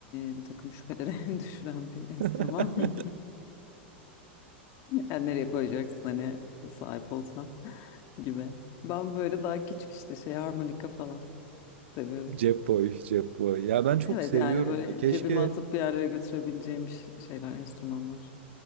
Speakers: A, on the left (about 50°); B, on the right (about 75°).
A: e, bir takım şüphelere <laughs> düşüren bir enstrüman.
B: <laughs>
A: <laughs> Yani nereye koyacaksın hani sahip olsan <laughs> gibi. Ben böyle daha küçük işte şey harmonika falan seviyorum.
B: Cep boy, cep boy. Ya ben çok
A: Evet
B: seviyorum
A: yani böyle
B: ya. Keşke
A: cebime atıp bir yerlere götürebileceğim bir ş- şeyler, enstrümanlar.